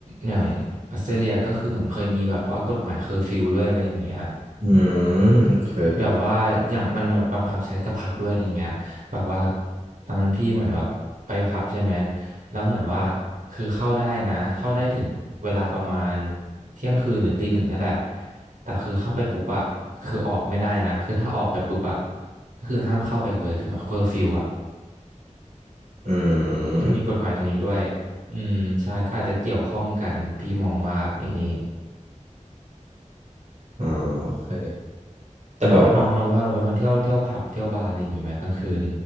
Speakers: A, on the right; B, on the right.
A: อย่างออสเตรเลียก็คือเหมือนเคยมีแบบว่ากฎหมายเคอร์ฟิวด้วยอะไรอย่างเงี้ย
B: อืมโอเค
A: แบบว่าอย่างมันแบบบังคับใช้กับผับด้วยอะไรเงี้ยแบบว่าตอนนั้นพี่เหมือนแบบไปผับใช่ไหมแล้วเหมือนว่าคือเข้าได้นะเข้าได้ถึงเวลาประมาณเที่ยงคืนหรือตีหนึ่งนั่นแหละแต่คือเข้าไปปุ๊บอะคือออกไม่ได้นะคือถ้าออกไปปุ๊บอะก็คือห้ามเข้าไปอีกเลยคือหมายความเคอร์ฟิวอะ
B: อื
A: เขามีกฎหมายตรงนี้ด้วย
B: ม
A: อืมใช่ก็อาจจะเกี่ยวข้องกันพี่มองว่าอย่างนี้
B: อ๋อโอเคแต่แบบว่า
A: แบบว่าน้องน้องว่าเราเป็นคนเที่ยวเที่ยวผับเที่ยวบาร์อะไรอย่างงี้ไหมกลางคืน